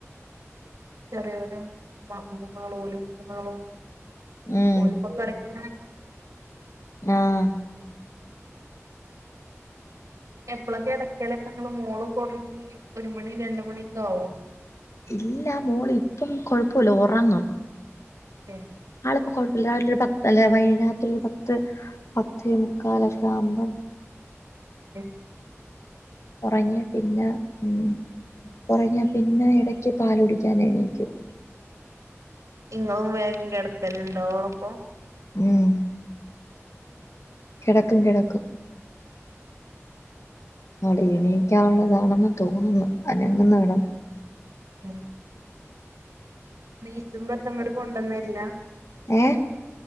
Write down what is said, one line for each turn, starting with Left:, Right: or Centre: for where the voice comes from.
Right: ചെറിയോനും മ മൂന്നാള് ഓലും മൂന്നാളും
Left: ഉം
Right: ഓല് ഇപ്പ കളിക്ക്
Left: ആഹ്
Right: എപ്പള കെടക്കലൊക്കെ ഇങ്ങള്? മോള് ഒക്കെ ഒറങ്ങി ഒരു മണി രണ്ട് മണിയൊക്കെ ആവും.
Left: ഇല്ല, മോള് ഇപ്പം കൊഴപ്പോല്ല, ഒറങ്ങും.
Right: ഏഹ്
Left: ആള് ഇപ്പോ കൊഴപ്പോല്ല രാവിലെ ഒരു പത്ത് അല്ലെ രാത്രി ഒരു പത്ത് പത്തോ മുക്കാല് ഒക്കെ ആവ്മ്പം
Right: അല്ലെ
Left: ഉറങ്ങിയ പിന്നെ ഉം ഒറങ്ങിയ പിന്നെ എടക്ക് പാല് കുടിക്കാൻ എണീക്കും.
Right: ഇങ്ങളും വേഗം കെടക്കല് ഇണ്ടോ ഓളപ്പം?
Left: ഉം കിടക്കും കിടക്കും. അവള് എണീക്കാനുള്ളതാണെന്ന് തോന്നുന്നു അനങ്ങ്ന്നെ കാണാം.
Right: ഉം നീച്ചുമ്പ എത്ത ഇങ്ങട്ട് കൊണ്ടന്നെര്ല.
Left: ഏഹ്?